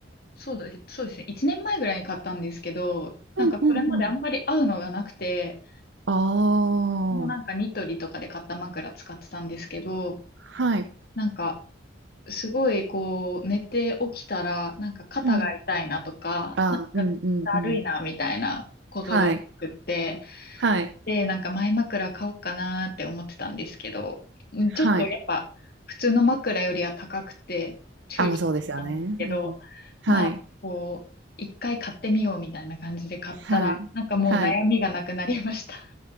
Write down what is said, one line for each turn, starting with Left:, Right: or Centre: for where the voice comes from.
Left: そうだ、そうですね。1年前ぐらいに買ったんですけど、なんかそれまであんまり合うのがなくて、
Right: うんうんうん。ああ。
Left: もうなんかニトリとかで買った枕使ってたんですけど、
Right: はい。
Left: なんかすごいこう寝て起きたら、なんか肩が痛いなとか、
Right: うん。ああ、
Left: なんかだるいなみたいなことが多くって、
Right: うんうんうん。はい。はい。
Left: で、なんか前枕買おうかなーって思ってたんですけど、うんちょっとやっぱ普通の枕よりは高くて躊躇したんですけど、
Right: はい。あ、ま、そうですよね。うん。はい。
Left: まあ、こう、一回買ってみようみたいな感じで買ったら、
Right: はい。
Left: なんかもう悩みがなくなりました。
Right: はい。
Left: <laughs>